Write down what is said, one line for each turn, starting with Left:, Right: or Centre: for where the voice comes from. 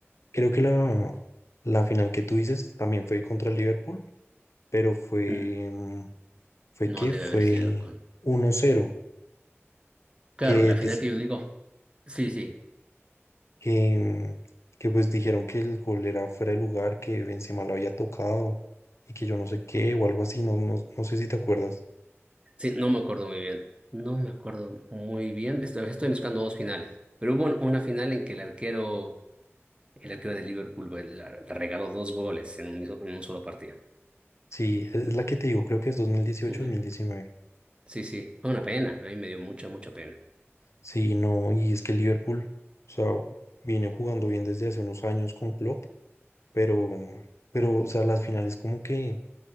Left: Creo que la, la final que tú dices también fue contra el Liverpool, pero fue,
Right: mm,
Left: mm, fue
Right: no
Left: que
Right: debe
Left: fue
Right: haber sido con...
Left: uno cero
Right: Claro,
Left: que,
Right: la
Left: des-
Right: final que yo digo, sí, sí,
Left: que, mm, que pues dijeron que el gol era fuera de lugar, que Benzema lo había tocado y que yo no sé qué o algo así, no, no, no sé si te acuerdas.
Right: sí, no me acuerdo muy bien. No me acuerdo muy bien, estoy, estoy mezclando dos finales. Pero hubo un- una final en que el arquero El arquero de Liverpool güey, la- le regaló dos goles en un, miso- en un solo partido.
Left: Sí, es la que te digo, creo que es dos dos mil dieciocho
Right: Ujú.
Left: mil diecinueve
Right: Sí, sí, fue una pena. A mí me dio mucha, mucha pena.
Left: Sí, no, y es que el Liverpool, o sea, viene jugando bien desde hace unos años con Klopp, pero, pero, o sea, las finales como que